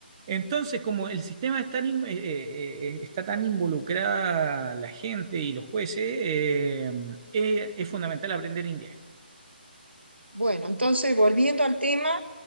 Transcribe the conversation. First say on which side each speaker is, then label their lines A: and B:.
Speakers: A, on the right (about 25°); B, on the right (about 80°).
A: entonces como el sistema está tan in- eh, eh, eh, está tan involucrada la gente y los jueces, eh, eh, es fundamental aprender inglés.
B: Bueno, entonces volviendo al tema,